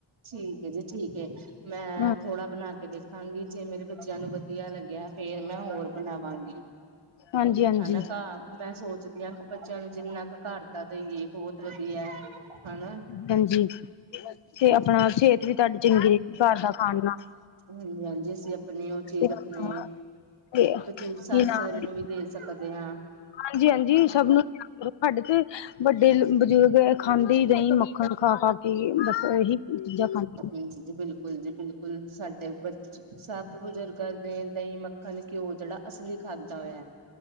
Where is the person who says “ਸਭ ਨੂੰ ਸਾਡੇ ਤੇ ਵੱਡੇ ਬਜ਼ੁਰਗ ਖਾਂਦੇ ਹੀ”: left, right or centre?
Left